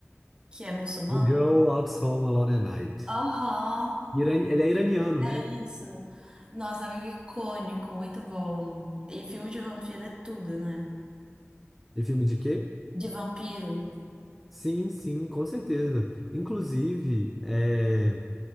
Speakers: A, on the right (about 20°); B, in the centre.
A: que é muçulmana?
B: A Girl Walks Home Alone at Night.
A: Aham.
B: Irani- Ele é iraniano,
A: É
B: né?
A: isso. Nossa, amigo icônico, muito bom. E filme de vampiro é tudo, né?
B: Ele é filme de quê?
A: De vampiro.
B: Sim, sim, com certeza. Inclusive, é,